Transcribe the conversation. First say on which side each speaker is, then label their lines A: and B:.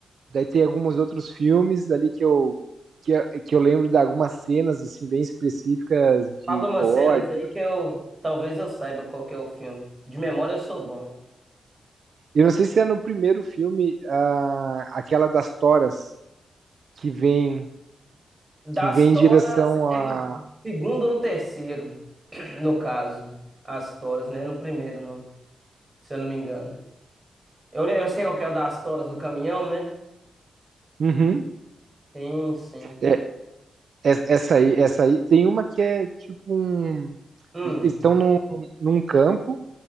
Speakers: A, on the right; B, on the right.
A: daí tem alguns outros filmes ali que eu, que, eu- que eu lembro de algumas cenas assim, bem específicas de
B: Fala umas
A: gore.
B: cenas aí que eu talvez eu saiba qual que é o filme. De memória eu sou bom.
A: Eu não sei se é no primeiro filme, ah, aquela das toras que vem.
B: Das
A: que vem
B: toras
A: em direção
B: é
A: a.
B: no segundo ou no terceiro, no caso. As toras, né? No primeiro, não. Se eu não me engano. Eu, eu sei qual que é o das toras do caminhão, né?
A: Uhum.
B: Sim, sim.
A: É, é- essa aí, essa aí. Tem uma que é tipo um.
B: Hum.
A: Estão num, num campo